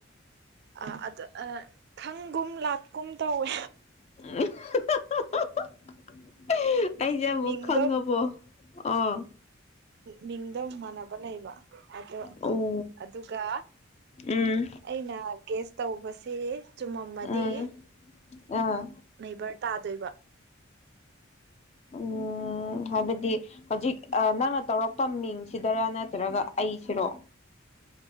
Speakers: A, on the right (about 55°); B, on the left (about 30°).
A: ꯑꯥ ꯑꯗꯨ ꯑꯥ ꯈꯪꯒꯨꯝ ꯂꯥꯛꯀꯨꯝ ꯇꯧꯋꯦ
B: <unintelligible> <inaudible> ꯑꯩꯁꯦ ꯑꯃꯨꯛ
A: ꯃꯤꯡꯗꯣ
B: ꯈꯪꯉꯕꯣ ꯑꯥ
A: ꯃꯤꯡꯗ ꯃꯥꯟꯅꯕ ꯂꯩꯕ ꯑꯗꯣ
B: ꯑꯣ
A: ꯑꯗꯨꯒ
B: ꯎꯝ
A: ꯑꯩꯅ ꯒꯦꯁ ꯇꯧꯕꯁꯦ ꯆꯨꯝꯃꯝꯃꯗꯤ
B: ꯎꯝ ꯑꯥ
A: ꯅꯦꯕꯔ ꯇꯥꯗꯣꯏꯕ
B: ꯑ ꯎꯝ ꯍꯥꯏꯕꯗꯤ ꯍꯧꯖꯤꯛ ꯅꯪꯅ ꯇꯧꯔꯛꯄ ꯃꯤꯡꯁꯤꯗꯔꯥ ꯅꯠꯇ꯭ꯔꯒ ꯑꯩꯁꯤꯔꯣ